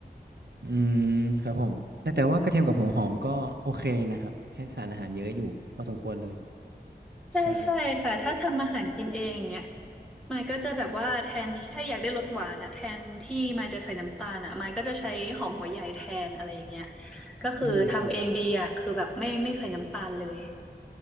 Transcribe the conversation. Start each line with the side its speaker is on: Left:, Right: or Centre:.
Right: อืมครับผมแต่แต่ว่ากระเทียมกับหัวหอมก็โอเคนะครับให้สารอาหารเยอะอยู่พอสมควรเลย
Centre: ใช่ใช่ค่ะถ้าทำอาหารกินเองเนี่ย
Right: ใช่
Centre: มายก็จะแบบว่าแทนที่ถ้าอยากได้รสหวานอ่ะแทนที่มายจะใส่น้ำตาลอ่ะมายก็จะใช้หอมหัวใหญ่แทนอะไรอย่างเงี้ยก็คือทำเองดีอ่ะคือแบบไม่ไม่ใส่น้ำตาลเลย
Right: อืมครับผม